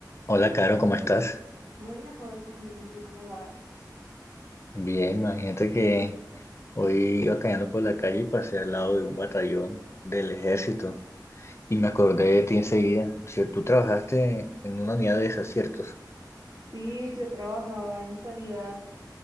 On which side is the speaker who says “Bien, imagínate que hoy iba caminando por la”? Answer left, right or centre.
Left